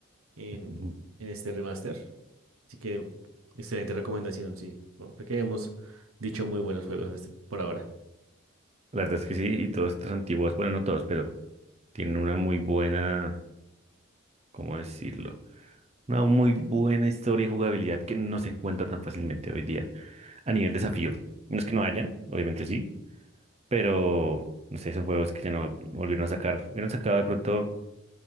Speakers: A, on the right; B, on the right.
A: en,
B: Ujú.
A: en este remaster. Así que excelente recomendación, sí. Bueno, creo que hemos dicho muy buenos juegos en este, por ahora.
B: La verdad es que sí, y todos estos antiguos, bueno, no todos, pero tienen una muy buena ¿cómo decirlo? Una muy buena historia y jugabilidad que no se encuentra tan fácilmente hoy día a nivel desafío. No es que no hayan, obviamente sí, pero no sé, esos juegos que ya no volvieron a sacar. Hubieran sacado de pronto